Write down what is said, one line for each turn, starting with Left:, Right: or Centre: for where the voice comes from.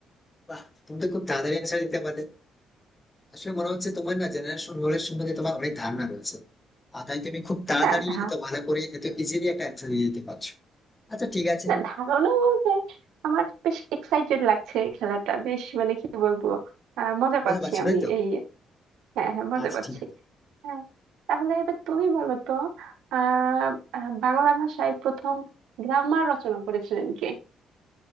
Left: বাহ তুমি তো খুব তাড়াতাড়ি অ্যান্সার দিতে পারলে আসলে মনে হচ্ছে তোমার না জেনারেশন নলেজ সম্বন্ধে তোমার অনেক ধারণা রয়েছে আর তাই তুমি খুব তাড়াতাড়ি
Right: না ধা
Left: এত ভালো করে এত ইজিলি একটা অ্যান্সার দিয়ে দিতে পারছো আচ্ছা ঠিক আছে
Right: না ধারণা বলতে আমার বেশ এক্সাইটেড লাগছে এই খেলাটা বেশ মানে কি বলবো আহ মজা
Left: বোঝা
Right: পাচ্ছি
Left: পারছো
Right: আমি
Left: তাই তো
Right: এই হ্যাঁ হ্যাঁ মজা
Left: আচ্ছা
Right: পাচ্ছি
Left: ঠিক আছে
Right: হ্যাঁ তাহলে এবার তুমি বলো তো আহ আহ, বাংলা ভাষায় প্রথম গ্রামার রচনা করেছিলেন কে